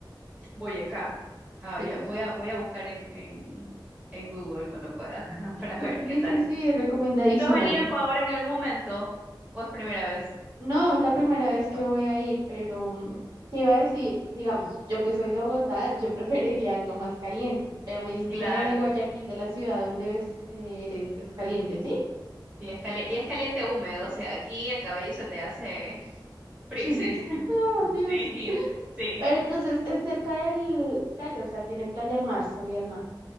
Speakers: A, on the right (about 20°); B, on the right (about 70°).
A: Voy acá. Ah,
B: tipi.
A: ya, voy a, voy a buscar en, en, en Google cuando pueda <laughs> para ver
B: Sí,
A: qué tal.
B: sí, sí, recomendadísimo.
A: ¿Y tú has venido a Ecuador en algún momento o es primera vez?
B: No, es la primera vez que voy a ir, pero mm, te iba a decir, digamos, yo que soy de Bogotá, yo preferiría algo más caliente, pero me dices
A: Claro.
B: que Guayaquil, de la ciudad donde ves, eh, eres, es caliente, ¿sí?
A: Y es caliente, y es caliente húmedo, o sea, aquí el cabello se te hace <laughs> frizz.
B: Chinos.
A: <laughs>
B: Oh, Dios.
A: Sí, sí.
B: Pero entonces es cerca del playa, o sea, tiene playa al mar, salida al mar.